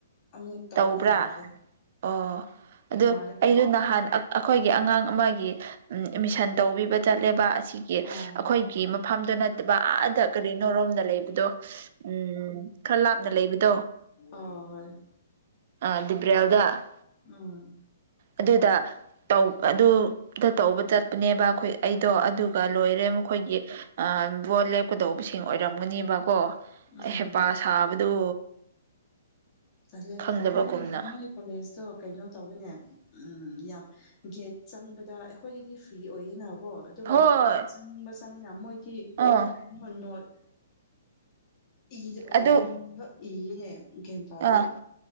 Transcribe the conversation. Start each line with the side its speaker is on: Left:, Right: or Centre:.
Left: ꯑꯃꯨꯛ ꯇꯧꯅꯤꯡꯉꯥꯏ
Right: ꯇꯧꯕ꯭ꯔꯥ
Left: ꯃꯥꯜꯂꯦ
Right: ꯑꯣ ꯑꯗꯨ
Left: ꯃꯥꯜꯂꯦ
Right: ꯑꯩꯗꯣ ꯅꯍꯥꯟ ꯑꯞ ꯑꯈꯣꯏꯒꯤ ꯑꯉꯥꯡ ꯑꯃꯒꯤ ꯎꯝ ꯑꯦꯃꯤꯁꯟ ꯇꯧꯕꯤꯕ ꯆꯠꯂꯦꯕ ꯑꯁꯤꯒꯤ
Left: ꯑꯥ
Right: ꯑꯈꯣꯏꯒꯤ ꯃꯞ ꯐꯝꯗꯨ ꯅꯠꯇꯕ ꯑꯥꯗ ꯀꯔꯤꯅꯣꯔꯣꯝꯗ ꯂꯩꯕꯗꯣ ꯎꯝ ꯈꯔ ꯂꯥꯞꯅ ꯂꯩꯕꯗꯣ
Left: ꯑꯥ ꯍꯣꯏ
Right: ꯑ ꯗꯤꯕ꯭ꯔꯦꯜꯗ
Left: ꯎꯝ
Right: ꯑꯗꯨꯗ ꯇꯧ ꯑꯗꯨꯗ ꯇꯧꯕ ꯆꯠꯄꯅꯦꯕ ꯑꯩꯈꯣꯏ ꯑꯩꯗꯣ ꯑꯗꯨ ꯒ ꯂꯣꯏꯔꯦ ꯃꯈꯣꯏꯒꯤ ꯑ ꯕꯣꯠ ꯂꯦꯞꯀꯗꯧꯕꯁꯤꯡ ꯑꯣꯏꯔꯝꯒꯅꯤꯕꯀꯣ
Left: ꯎꯝ
Right: ꯑ ꯍꯩꯄꯥ ꯁꯥꯕꯗꯨ
Left: ꯇꯜꯂꯦ
Right: ꯈꯪꯗꯕꯒꯨꯝꯅ
Left: ꯃꯣꯏ ꯃꯣꯏ ꯀꯣꯂꯦꯖꯇꯣ ꯀꯩꯅꯣ ꯇꯧꯋꯤꯅꯦ ꯎꯝ ꯌꯥꯝ ꯒꯦꯠ ꯆꯪꯕꯗ ꯑꯩꯈꯣꯏꯒꯤꯗꯤ ꯐ꯭ꯔꯤ ꯑꯣꯏꯌꯤꯅ ꯀꯣ ꯑꯗꯨꯝ
Right: ꯍꯣꯏ
Left: ꯆꯪꯅꯤꯡꯕ ꯆꯪꯉꯤꯅ ꯃꯣꯏꯒꯤ
Right: ꯑꯥ
Left: ꯀꯩꯅꯣ ꯅꯣꯠ ꯏꯗ ꯑ
Right: ꯑꯗꯨ
Left: ꯃꯤꯡꯒ ꯏꯌꯦꯅꯦ ꯒ꯭ꯌꯥꯟ ꯇꯥꯗꯦ
Right: ꯑꯥ